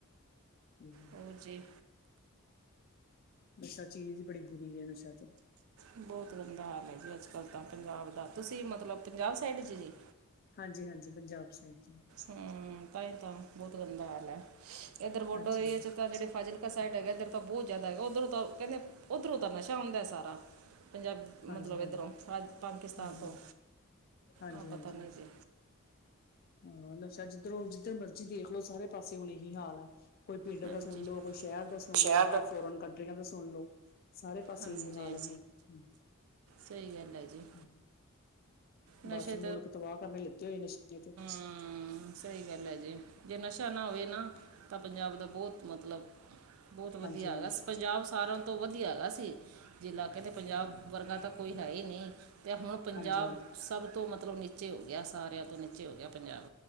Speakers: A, on the left; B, on the right.
A: ਹੀ
B: ਹੋਰ ਜੀ
A: ਨਸ਼ਾ ਚੀਜ਼ ਹੀ ਬੜੀ ਬੁਰੀ ਨਸ਼ਾ ਤੇ
B: ਬਹੁਤ ਗੰਦਾ ਹਾਲ ਹੈ ਜੀ ਅੱਜ ਕੱਲ੍ਹ ਤਾਂ ਪੰਜਾਬ ਦਾ ਤੁਸੀਂ ਮਤਲਬ ਪੰਜਾਬ ਸਾਈਡ ਜਚ ਜੀ
A: ਹਾਂਜੀ ਹਾਂਜੀ ਪੰਜਾਬ ਸਾਈਡ ਚ
B: ਹਮ ਤਾਂ ਹੀ ਤਾਂ ਬਹੁਤ ਗੰਦਾ ਹਾਲ ਹੈ ਇੱਧਰ ਵੋਡੋ
A: ਅੱਛਾ
B: ਏਰੀਏ
A: ਜੀ
B: ਚ ਤਾਂ ਜਿਹੜੇ ਫਾਜ਼ਿਲ ਸਾਈਡ ਹੈਗਾ ਇੱਧਰ ਤਾਂ ਬਹੁਤ ਜ਼ਿਆਦਾ ਹੈਗਾ ਉੱਧਰੋਂ ਤਾਂ ਕਹਿੰਦੇ ਉੱਧਰੋਂ ਤਾਂ ਨਸ਼ਾ ਹੁੰਦਾ ਹੈ ਸਾ ਪੰਜਾਬ
A: ਹਾਂਜੀ-ਹਾਂਜੀ,
B: ਮਤਲਬ ਇੱਧਰੋਂ ਰਾਜ ਪਾਕਿਸਤਾਨ
A: ਹਾਂ-ਹਾਂ,
B: ਤੋਂ
A: ਹਾਂਜੀ-ਹਾਂਜੀ।
B: ਆਂ ਪਤਾ ਨਹੀਂ ਜੀ
A: ਹਾਂ ਨਸ਼ਾ ਜਿੱਧਰੋਂ -ਜਿੱਧਰ ਮਰਜੀ ਦੇਖ ਲਓ, ਸਾਰੇ ਪਾਸੇ ਹੁਣ ਇਹੀ ਹਾਲ ਆ, ਕੋਈ ਪਿੰਡ
B: ਹਾਂਜੀ
A: ਦਾ ਸੁਣ ਲੋ, ਕੋਈ ਸ਼ਹਿਰ ਦਾ ਸੁਣ
B: ਸ਼ਹਿਰ
A: ਲੋ, ਬਾਹਰ
B: ਦਾ
A: ਫੋਰਨ ਕੰਟਰੀਆਂ ਦਾ ਸੁਣ ਲੋ, ਸਾਰੇ ਪਾਸੇ
B: ਹਾਂਜੀ
A: ਏਹੀ ਹਾਲ ਹੈ ਹੁਣ ਹ,
B: ਸਹੀ ਗੱਲ ਹੈ ਜੀ
A: ਹ,
B: ਨਸ਼ੇ
A: ਬਸ ਮੁਲਕ ਤਬਾਹ ਕਰਨ ਲਿੱਤੇ ਹੋਏ ਨਸ਼ੇ ਚ,
B: ਹਾ ਸਹੀ ਗੱਲ ਹੈ ਜੀ, ਜੇ ਨਸ਼ਾ ਨਾ ਹੋਵੇ ਨਾ, ਤਾਂ ਪੰਜਾਬ ਦਾ ਬਹੁਤ ਮਤਲਬ ਬਹੁਤ ਵਧੀਆ
A: ਹਾਂਜੀ-ਹਾਂਜੀ,
B: ਹੈਗਾ, ਪੰਜਾਬ ਸਾਰਾ, ਤੋਂ ਵਧੀਆ ਹੈਗਾ ਸੀ ਜਿਲਾ, ਕਹਿੰਦੇ ਪੰਜਾਬ ਵਰਗਾ ਤਾਂ ਕੋਈ ਹੈ ਈ ਨਹੀਂ, ਅਤੇ ਹੁਣ ਪੰਜਾਬ
A: ਹਾਂਜੀ-ਹਾਂਜੀ,
B: ਸਭ ਤੋਂ ਮਤਲਬ ਨੀਚੇ ਹੋ ਗਿਆ, ਸਾਰਿਆਂ ਤੋਂ ਨੀਚੇ ਹੋ ਗਿਆ ਪੰਜਾਬ,